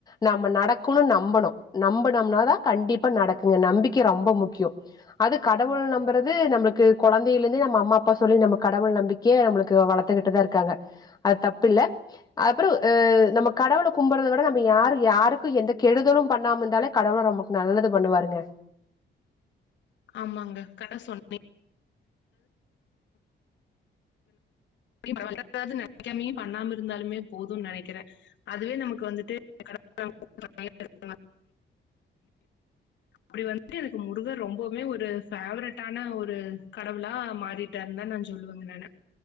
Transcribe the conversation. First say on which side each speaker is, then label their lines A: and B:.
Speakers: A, on the left (about 20°); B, on the left (about 70°).
A: நம்ம நடக்கணுன் நம்பணு நம்பனம்னாதா கண்டிப்பா நடக்குங்க நம்பிக்கை ரொம்ப முக்யோ அது கடவுள் நம்பறது நம்ளுக்கு கொழந்தைலந்தே நம்ம அம்மாப் ப்பா சொல்லி நம்ம கடவுள் நம்பிக்கியே நம்ளுக்கு வளத்துகிட்டுதா இருக்காங்க அது தப்பில்ல அப்பறோ அ நம்மக் கடவுளக் கும்பர்றத விட நம்ம யாரு யாருக்கு எந்த கெடுதலும் பண்ணாம இந்தாலேக் கடவுள நம்மக் நல்லது பண்ணுவாருங்க
B: ஆமாங்க கட சொன்னே <unintelligible> எதாவது நெனைக்காமியு பண்ணாம இருந்தாலுமே போதுன் நெனைக்கிறே அதுவே நமக்கு வந்துட்டு <unintelligible> அப்டி வந்து எனக்கு முருகர் ரொம்பவுமே ஒரு பேவரட்டான ஒரு கடவுளா மாறிட் ட்டார்ந்தா நாஞ் சொல்லுவங்க நானு